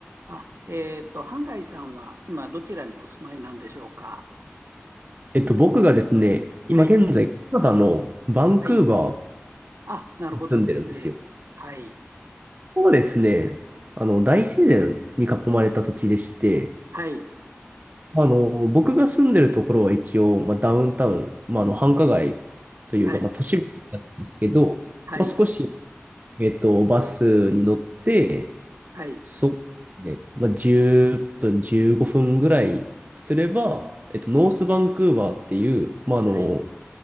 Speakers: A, on the right; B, on the right.
A: あ、えっと、ハンガイさんは今どちらにお住まいなんでしょうか
B: えっと、僕がですね、今現在、
A: はい。
B: カナダのバンクーバ
A: はい。あ、なるほどですね。
B: ーに住んでるんですよ。
A: はい。
B: ここはですね、あの、大自然に囲まれた土地でして、
A: はい。
B: あの、僕が住んでるところは一応、まあ、ダウンタウン、まあ、あの、繁華街というか、
A: はい。
B: まあ、都市部なんですけど、
A: はい。
B: まあ、少し、えっと、バスに乗って、
A: はい。
B: そうですね、まあ、10分、15分ぐらいすれば、えっと、ノースバンクーバーっていう、まあ、あの、
A: はい。